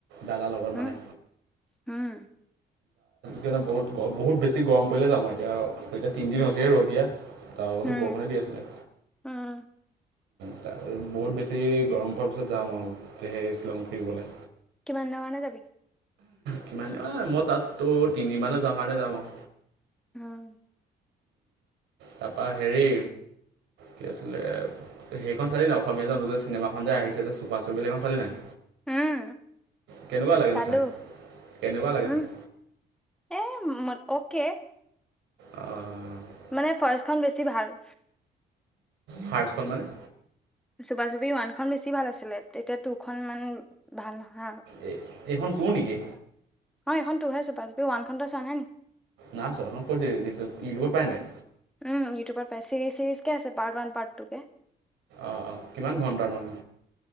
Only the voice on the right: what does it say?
দাদাৰ লগত
মানে,
গাণে বহুত-বহুত বেছি গৰম পৰিলে যাওঁ আৰু এতিয়া এতিয়া তিনিদিন হৈছেহে ৰ'দ দিয়া। তাৰ লগতো
বৰষুণে দি আছিলে।
ত বহুত বেছি গৰম পোৱাৰ পিছত যাম আৰু। তে সেই শিলং ফুৰিবলে।
কিমান মই তাতো তিনদিন মানৰ যাওঁ কাৰণে যাম আৰু।
তাৰপৰা হেৰি কি আছিলে সেইখন চালি নাই অসমীয়া নতু চিনেমাখনতে আহিছে যে চুপা-চুপিসেইখন চালি নাই।
কেনেকুৱা লাগেনো
ছাই কেনেকুৱা লাগে
ছাই।
অ'
ফাৰ্ষ্ট খন মানে
এই এইখন টো নেকি?
নাছ কছ ই ৰব পেট <unintelligible>
অ', অ', কিমান ঘণ্টাৰ মান